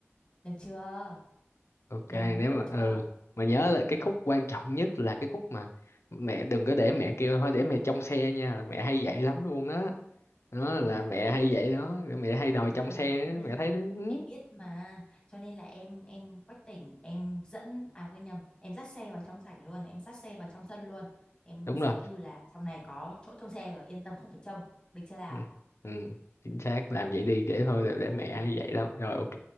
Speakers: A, on the left; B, on the left.
A: được chưa
B: ok
A: nghe
B: nếu
A: nó mượt
B: mà
A: chưa
B: ừ mà nhớ là cái khúc quan trọng nhất là cái khúc mà mẹ đừng có để mẹ kêu thôi để mẹ trong xe nha mẹ hay vậy lắm luôn á đó.
A: ờ
B: là mẹ
A: thì
B: hay vậy đó mẹ hay đòi
A: thì
B: trong xe
A: cho
B: á,
A: nên
B: mẹ thấy đúng,
A: em biết mà cho nên là em em quách tỉnh em dẫn à quên nhầm em dắt xe vào trong sảnh luôn em dắt xe vào trong sân luôn em
B: đúng
A: sẽ
B: rồi
A: kêu là trong này có chỗ trông xe rồi yên tâm không phải trông được chưa nào
B: ừ. ừ, chính xác làm vậy đi để thôi
A: Thiên
B: để, để
A: nào
B: mẹ hay vậy lắm rồi ok